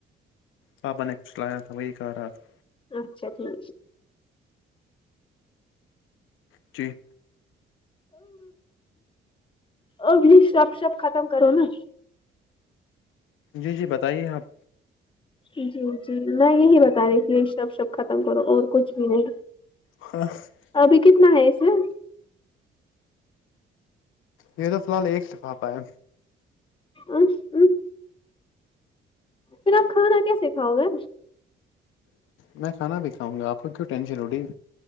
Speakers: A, on the left; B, on the left.
A: پاپا نے کچھلایا تھا وہی کہا رہا تھا
B: اچھا ٹھک
A: جی
B: اب یے شپ شپ ختم کرو نا
A: جی جی بتائیے آپ
B: جی جی میں یہی بتا رہی تھی سب سب ختم کرو اور کچھ بھی نہیں
A: <unintelligible>
B: ابھی کتنا ہے اس میں
A: یے تو فی الحال ایک سفا پایا
B: ا ا پھر آپ کھانا کیسے کھاؤ گے
A: میں کھانا بھی کھاؤں گا آپ کو کیوں ٹینشن ہو رہی ہے